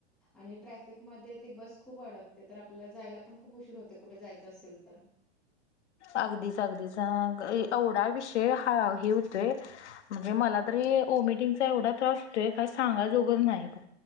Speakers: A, in the centre; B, on the left.
A: आणि ट्रॅफिक मध्ये ते बस खूप अडकते तर आपल्याला जायला पण खूप उशीर होत ते कुठे जायचं असेल तर.
B: अगदीच अगदीच हा एवढा विषय हा हे होतोय म्हणजे मला तरी ओमिटिंगचा एवढा त्रास होतय काय सांगा उगाच नाही बघ.